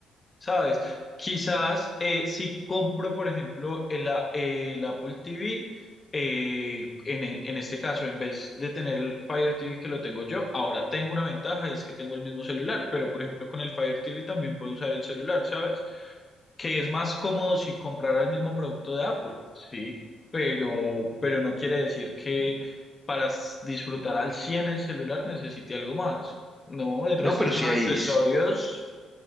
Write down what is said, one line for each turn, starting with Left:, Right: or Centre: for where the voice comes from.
Left: ¿Sabes? Quizás eh, si compro, por ejemplo, el, a- el Apple TV, eh, en, e- en este caso, en vez de tener el Fire TV que lo tengo yo, ahora tengo una ventaja y es que tengo el mismo celular, pero por ejemplo con el Fire TV también puedo usar el celular, ¿sabes? Que es más cómodo si comprara el mismo producto de Apple, sí, pero, pero no quiere decir que para s- disfrutar al 100 el celular necesite algo más. No, el resto
Centre: No, pero
Left: son
Centre: sí
Left: accesorios.
Centre: hay,